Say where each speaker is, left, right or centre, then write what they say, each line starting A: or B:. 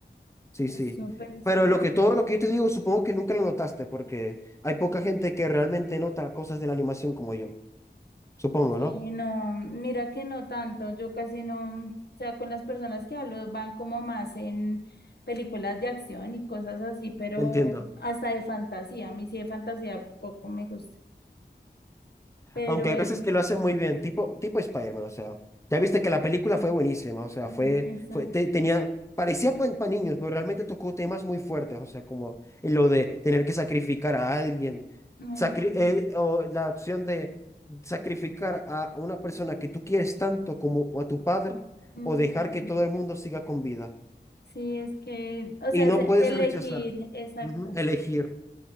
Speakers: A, on the left; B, on the left.
A: Sí,
B: es
A: sí.
B: súper,
A: Pero
B: súper.
A: lo que todo lo que yo te digo, supongo que nunca lo notaste porque hay poca gente que realmente nota cosas de la animación como yo. Supongo,
B: Sí,
A: ¿no?
B: no, mira que no tanto, yo casi no, o sea, con las personas que hablo van como más en películas de acción y cosas así, pero
A: Entiendo.
B: hasta de fantasía, a mí sí de fantasía poco me gusta, pero
A: Aunque hay
B: eso,
A: veces que
B: sí,
A: lo hacen muy bien, tipo, tipo Spider-Man, o sea. Ya viste que la película fue buenísima, o sea,
B: mm,
A: fue,
B: exacto,
A: fue, te- tenía, parecía para niños, pero realmente tocó temas muy fuertes, o sea, como lo de tener que sacrificar a alguien,
B: ay,
A: sacri-
B: sí,
A: eh, o la opción de sacrificar a una persona que tú quieres tanto como a tu padre,
B: no,
A: o dejar que todo el mundo siga con vida.
B: sí, es que, o
A: Y
B: sea,
A: no
B: es
A: puedes
B: elegir,
A: rechazar,
B: exacto,
A: Ujú, elegir.